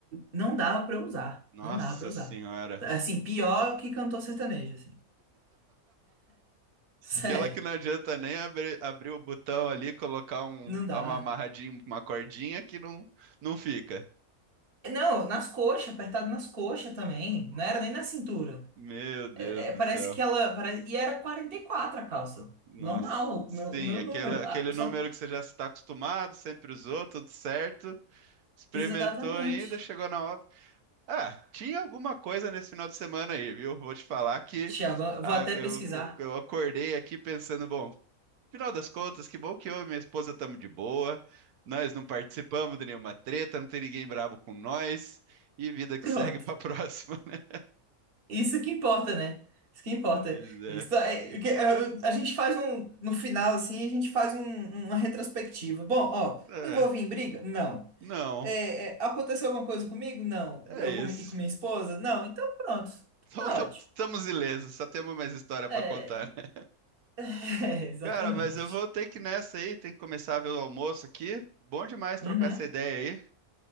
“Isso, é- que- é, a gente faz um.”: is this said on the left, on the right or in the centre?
Right